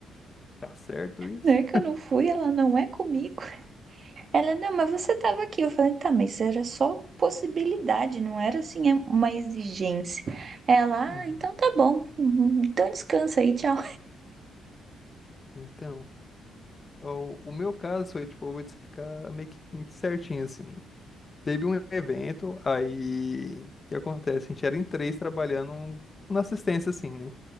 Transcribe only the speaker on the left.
Tá certo isso?
Uhum.
Então, ó, o meu caso foi, tipo, eu vou te explicar meio que certinho, assim. Teve um evento, aí, o que acontece? A gente era em três trabalhando na assistência, assim, né?